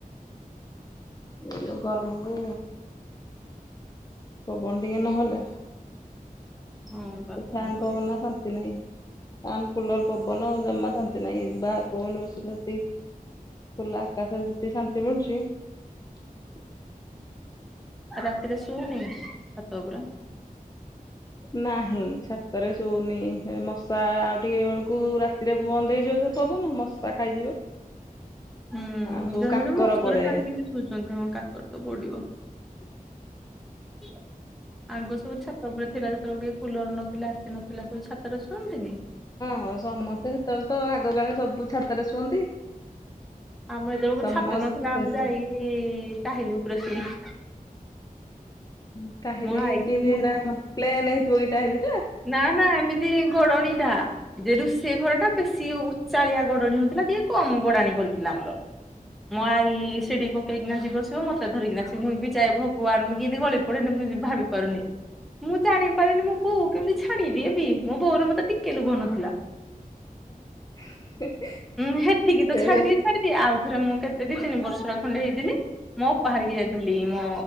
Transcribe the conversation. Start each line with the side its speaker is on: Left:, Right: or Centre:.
Left: ଏଇ ଯୋ ଗରମକୁ ପବନଟିକେ ନହଲେ <inaudible>
Centre: ହଁ ବା
Left: ଫ୍ୟାନ
Centre: କଣ କରିବି
Left: ପବନ ଶାନ୍ତି ନାହିଁ। ପ୍ୟାନ କୁଲର ପବନ ଜମା ଶାନ୍ତି ନାଇଁ ବାହାର ପବନ ବସିଲେ ଖୁଲା ଆକାଶରେ ଯେତେ ଶାନ୍ତି ମିଳୁଚି <inaudible>
Centre: ରାତିରେ ଶୁଉନି ଛାତ ଉପରେ?
Left: ନାହିଁ ଛାତରେ ଶୋଉନି ମଶା ଆଉ ଟିକେ ବେଳକୁ ରାତିରେ ବନ୍ଦ ହେଇଯିବ ସେ ପବନ ମଶା ଖାଇଯିବ।
Centre: ହୁଁ ଜଣେ
Left: ଆଉ ସବୁ କାକର
Centre: ଜଣେ ମଶୁରି
Left: ପଡେ
Centre: ଟାଣିକି ବି ସୁଉଛନ୍ତି ହଁ କାକର ତ ପଡିବ। <inaudible> ଆଗ ସବୁ ଛାତ ଉପରେ ଥିଲା ଯେତେବେଳେ କୁଲର ନଥିଲାଏସି ନଥିଲା ସବୁ ଛାତରେ ଛୁଅନ୍ତିନି?
Left: ହୁଁ ସମସ୍ତେ ସେତେବେଳେ ତ ଆଗ କାଳେ ସବୁ ଛାତରେ ଶୁଅନ୍ତି। <inaudible>
Centre: ଆମର ଯେତେବେଳକୁ
Left: ସମସ୍ତେ
Centre: ଛାତ ନଥିଲା ଆମେ ଯାଇ
Left: ସବୁ
Centre: ଟାହିଲି ଉପରେ ଶୋଉ।
Left: ମୁଁ କହିଲି
Centre: ମୋ ଆଇକି
Left: କିଇନ୍ତି
Centre: ମୁଁ
Left: ହେରା ପ୍ଲେନ। <unintelligible>
Centre: ନା ନା ଏମିତି ଘୋଡଣୀଟା ଏ ଯେ ରୁଷ ସେ ଘର ଟା ବେଶୀ ଉଚାଳିଆ ଗଡାଣ ନଥିଲା ଟିକେ କମ ଗୋଡାଣି କରିଥିଲା ଆମର ମୋ ଆଇ କି ସିଡି ପକେଇକିନା ଯିବ ତୁ ମତେ ଧରିକିନା ମୁଁ ବି ଯା ଭଗବାନ ମୁଁ କେମତି ଗଳି ପଡନି ମୁଁ ଭାବି ପାରୁନି ମୁଁ ଜାଣିପାରିନି ମୁଁ ବହୁ କେମିତି ଛାଡିବି ଏ ବି ମୋ ବୋଉର ମତେ ଟିକେ ଲୋଭ ନଥିଲା।
Left: <unintelligible>
Centre: ହୁଁ ହେତିକି ତ
Left: ସେ
Centre: ଛାଡିଦିଏ ଛାଡିଦିଏ ଆଉ। ରେ ମୁଁ କେତେ ଦି ତିନି ବର୍ଷର ଖଣ୍ଡେ ହେଇଥିଲି ମୋ ଅପା ବାହାରିକି ଯାଇଥିଲି ମୋ